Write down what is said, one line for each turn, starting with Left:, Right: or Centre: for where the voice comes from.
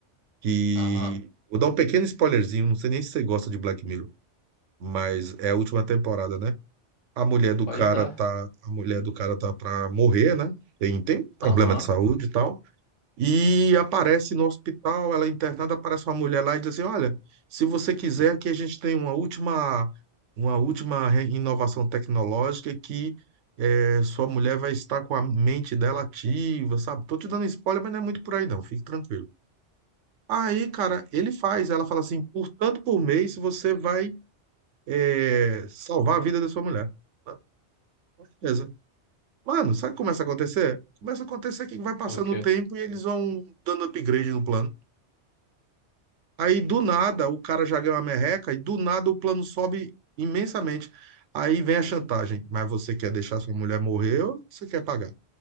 Right: Que
Left: Aham.
Right: vou dar um pequeno spoilerzinho, não sei nem se você gosta de Black Mirror, mas é a última temporada, né? A mulher do
Left: Pode
Right: cara
Left: dar.
Right: tá, a mulher do cara tá pra morrer, né? Tem, tem problema
Left: Aham.
Right: de saúde e tal. E aparece no hospital, ela é internada, aparece uma mulher lá e diz assim: Olha, se você quiser, aqui a gente tem uma última, uma última re- inovação tecnológica que eh, sua mulher vai estar com a mente dela ativa, sabe? Tô te dando spoiler, mas não é muito por aí, não, fique tranquilo. Aí, cara, ele faz, ela fala assim: por tanto por mês você vai eh, salvar a vida da sua mulher. Ah, Beleza. Mano, sabe o que começa a acontecer? Começa a acontecer que vai passando
Left: O quê?
Right: o tempo e eles vão dando upgrade no plano. Aí do nada o cara já ganhou a merreca e do nada o plano sobe imensamente. Aí vem a chantagem. Mas você quer deixar sua mulher morrer ou você quer pagar?